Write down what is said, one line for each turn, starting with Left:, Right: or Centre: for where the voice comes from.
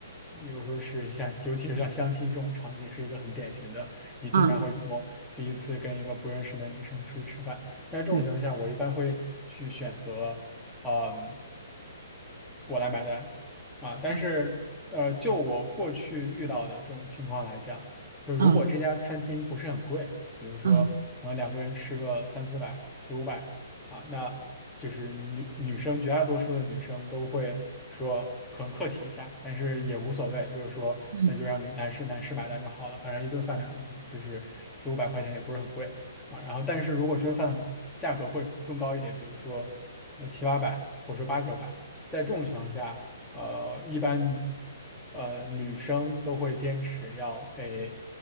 Centre: 比如说是像尤其是像相亲这种场景，是一个很典型的，你经常会某第一次跟一个不认识的女生出去吃饭。
Right: 嗯，
Centre: 在这种情况下，
Right: 对，
Centre: 我一般会去选择，嗯，我来买单啊。但是，
Right: 嗯
Centre: 呃，就我过去遇到的这种情况来讲，就如果这家餐厅不是很贵，
Right: 嗯
Centre: 比如说，
Right: 嗯
Centre: 呃，两个人吃个三四百、四五百啊，那就是女女生绝大多数的女生都会说。可能客气一下，但是也无所谓，就是说，
Right: 嗯，
Centre: 那就让女男士男士买单就好了，反正一顿饭两，嗯，就是四五百块钱也不是很贵啊。然后，但是如果这顿饭价格会更高一点，比如说我七八百，我说八九百。在这种情况下，呃，一般女呃女生都会坚持要 AA